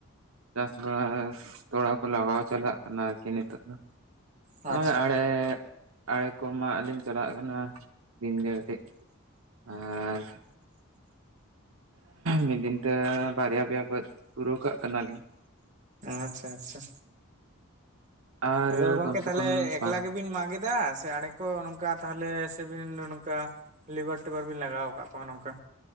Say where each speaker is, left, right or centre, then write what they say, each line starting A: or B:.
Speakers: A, on the right; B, on the right.
A: ᱪᱟᱥ ᱵᱟᱥ ᱛᱚᱲᱟ ᱠᱚ ᱞᱟᱜᱟᱣ ᱪᱟᱞᱟᱜ ᱠᱟᱱᱟ ᱟᱨ ᱠᱤ ᱱᱤᱛᱚᱜ ᱫᱚ
B: ᱟᱪᱪᱷᱟ
A: ᱱᱚᱜᱼᱚᱭ ᱟᱲᱮᱹ ᱟᱲᱮ ᱠᱚ ᱢᱟᱜ ᱞᱤᱧ ᱪᱟᱞᱟᱜ ᱠᱟᱱᱟ ᱫᱤᱱᱜᱮ ᱠᱟᱹᱴᱤᱡ, ᱟᱨ ᱢᱤᱫ ᱫᱤᱱ ᱛᱮ ᱵᱟᱨᱭᱟ ᱯᱮᱭᱟ ᱵᱟᱹᱫᱽ ᱯᱩᱨᱟᱹᱣ ᱠᱟᱜ ᱠᱟᱱᱟᱞᱮ᱾
B: ᱟᱪᱪᱷᱟ ᱟᱪᱪᱷᱟ
A: ᱟᱨ
B: ᱟᱫᱚ ᱜᱚᱝᱠᱮ
A: ᱠᱚᱢ ᱥᱮ
B: ᱛᱟᱦᱚᱞᱮ
A: ᱠᱚᱢ
B: ᱮᱠᱞᱟ
A: ᱵᱟᱝ
B: ᱜᱮᱵᱤᱱ ᱢᱟᱜ ᱮᱫᱟ ᱥᱮ ᱟᱲᱮ ᱠᱚ ᱠᱚ ᱱᱚᱝᱠᱟ ᱛᱟᱦᱚᱞᱮ ᱥᱮᱵᱤᱱ ᱱᱚᱝᱠᱟ ᱞᱮᱵᱟᱨ ᱴᱮᱵᱟᱨ ᱵᱤᱱ ᱞᱟᱜᱟᱣ ᱟᱠᱟᱫ ᱠᱚᱣᱟ ᱱᱚᱝᱠᱟ